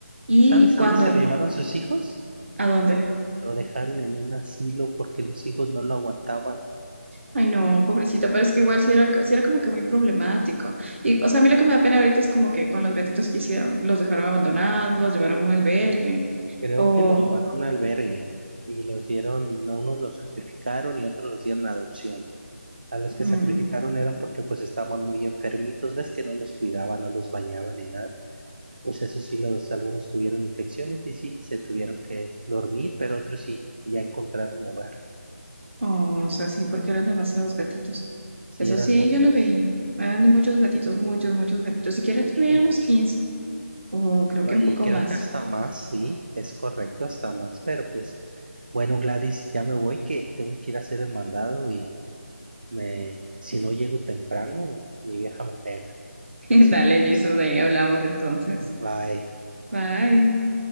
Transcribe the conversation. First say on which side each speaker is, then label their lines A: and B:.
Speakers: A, on the right (about 55°); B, on the right (about 40°).
A: ¿Y
B: ¿Sabes
A: cuando
B: a dónde se lo llevaron sus hijos?
A: ¿A dónde?
B: Lo dejaron en un asilo porque los hijos no lo aguantaban.
A: Ay, no, pobrecito, pero es que igual sí era, sí era como que muy problemático.
B: Sí,
A: Y, o sea, a mí lo que me da pena ahorita es como que con los gatitos que hicieron, los dejaron abandonados, los llevaron a un albergue,
B: creo
A: o...
B: que lo llevaron a un albergue y los dieron, a unos los sacrificaron y otros los dieron a adopción. A los que
A: mm,
B: sacrificaron eran porque pues estaban muy enfermitos, ves que no los cuidaban, no los bañaban ni nada. Pues eso sí, los, algunos tuvieron infecciones y sí, se tuvieron que dormir, pero otros sí, ya encontraron hogar.
A: Oh, o sea, sí, porque eran demasiados gatitos.
B: Sí,
A: Eso
B: eran
A: sí,
B: muchos,
A: yo lo veía. Eran de muchos gatitos, muchos, muchos gatitos. Siquiera
B: muchos,
A: tuviera unos
B: muchos.
A: 15, o creo que un
B: Y
A: poco
B: creo
A: más.
B: que hasta más, sí, es correcto, hasta más. Pero pues, bueno, Gladys, ya me voy, que tengo que ir a hacer el mandado y me, si no llego temprano, mi vieja me pega.
A: <laughs> Dale,
B: Así que pues,
A: Jesús, ahí hablamos entonces.
B: bye.
A: Bye.